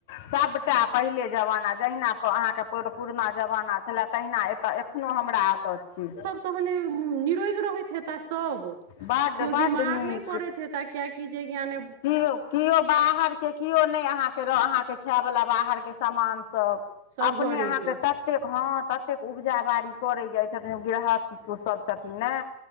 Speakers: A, on the left; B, on the right.
A: सभटा पहिले जमाना जहिना अहाँ के पुरना जमाना। छलै तहिना एतऽ एखनोहु हमरा एतऽ छे।
B: तहने निरोग रहैत हेता सभ
A: बड्ड
B: कीयो
A: बड्ड
B: बीमार
A: नीक
B: नहि पड़ैत हेता किइए की। की जे ज्ञा ने।
A: कियो कियो बाहर के कियो नइ आँह के आँह के खै वला बाहर के समान सब
B: सभ
A: अपने
B: घरेके
A: आँह क तऽ। ततेक हँ ततेक उपजा बाड़ी करै जाइ छथिन गृरहस्थ सभ छथिन ने।